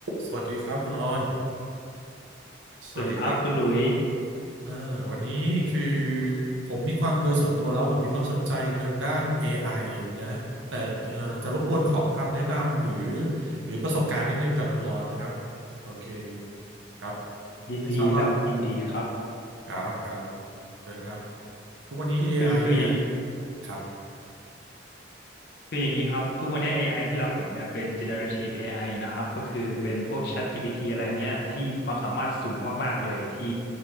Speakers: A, on the right; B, on the left.
A: สวัสดีครับคุณรอนสวัสดีครับ
B: สวัสดีครับคุณหลุย
A: เออวันนี้คือผมมีความโดยส่วนตัวแล้วผมมีความสนใจทางด้าน AI นะแต่เอ่อจะรบกวนขอคำแนะนำหรือหรือประสบการณ์นิดนึงจากคุณรอนนะครับโอเคครับ
B: ยินดีรับยินดีครับ
A: ไม่ทราบว่าครับครับเชิญครับทุกวันนี้ AI
B: คือคืออย่างนี้
A: เนี่ยครับ
B: คืออย่างนี้ครับทุกวันนี้ AI ที่เราเห็นเนี่ยเป็น generative AI นะครับก็คือเป็นพวก ChatGPT อะไรเงี้ยที่ความสามารถสูงมากๆเลยที่